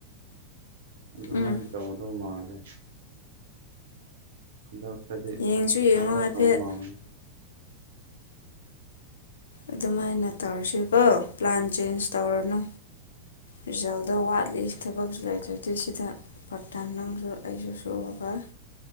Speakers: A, on the right; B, on the left.
A: ꯑꯗꯨꯃꯥꯏꯅ
B: ꯎꯝ
A: ꯇꯧꯗꯧ ꯃꯥꯜꯂꯦ ꯑꯗ ꯍꯥꯏꯗꯤ
B: ꯌꯦꯡꯁꯨ ꯌꯦꯡꯉꯣ
A: ꯊꯣꯛꯂꯞꯄ
B: ꯍꯥꯏꯐꯦꯠ
A: ꯃꯥꯦ
B: ꯑꯗꯨꯃꯥꯏꯅ ꯇꯧꯔꯁꯤꯀꯣ ꯄ꯭ꯂꯥꯟ ꯆꯦꯟꯖ ꯇꯧꯔꯅꯨ ꯔꯤꯖꯜꯗꯣ ꯋꯥꯠꯂꯤ ꯊꯕꯛꯁꯨ ꯂꯩꯇ꯭ꯔꯗꯤ ꯁꯤꯗ ꯄꯇꯥ ꯅꯪꯁꯨ ꯑꯩꯁꯨ ꯁꯨꯔꯒ